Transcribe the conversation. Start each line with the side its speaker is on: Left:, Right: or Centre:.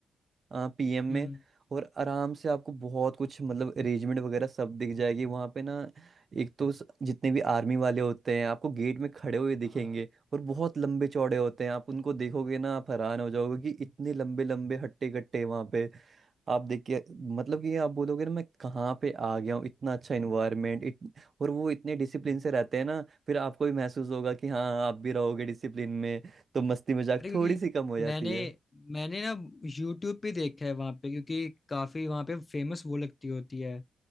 Right: पीएम
Left: हम्म
Right: में और आराम से आपको बहुत कुछ मतलब अरेंजमेंट वगैरह सब दिख जाएगी वहाँ पे ना एक तो स- जितने भी आर्मी वाले होते हैं आपको गेट में खड़े हुए दिखेंगे
Left: हाँ
Right: और बहुत लंबे चौड़े होते हैं आप उनको देखोगे ना आप हैरान हो जाओगे कि इतने लंबे लंबे हट्टे कट्टे वहाँ पे आप देख के मतलब कि आप बोलोगे ना मैं कहाँ पे आ गया हूँ इतना अच्छा इन्वायरमेंट इत... और वो इतने डिसिप्लिन से रहते हैं ना फिर आपको भी महसूस होगा कि हाँ आप भी रहोगे डिसिप्लिन में तो मस्ती मजाक
Left: अरे क्योंकि
Right: थोड़ी सी कम हो जाती
Left: मैंने
Right: है
Left: मैंने ना यूट्यूब पे देखा है वहाँ पे क्योंकि काफ़ी वहाँ पे फेमस वो लगती होती है